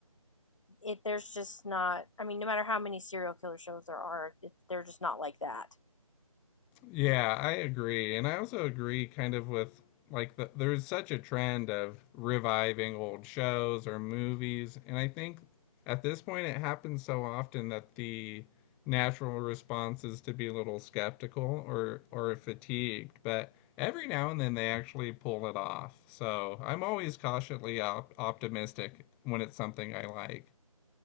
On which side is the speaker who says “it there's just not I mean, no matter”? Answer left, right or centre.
Left